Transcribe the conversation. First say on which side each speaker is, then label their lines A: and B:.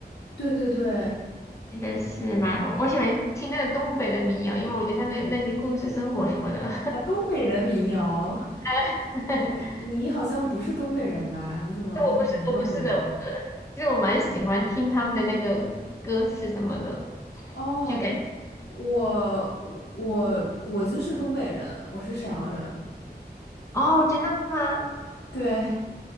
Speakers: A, on the left; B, on the left.
A: 对对对，
B: 真的是蛮我我喜欢听那个东北的民谣，因为我觉得他那那些故事、生活什么的。
A: 啊，东北的民谣，
B: <laughs>
A: 你你好像不是东北人吧？你怎么会听东北的民谣？
B: 但我不是我不是的，其实我蛮喜欢听他们的那个歌词什么的，
A: 哦，
B: 就感
A: 我我我就是东北人，我是沈阳人。
B: 哦，真的吗？
A: 对，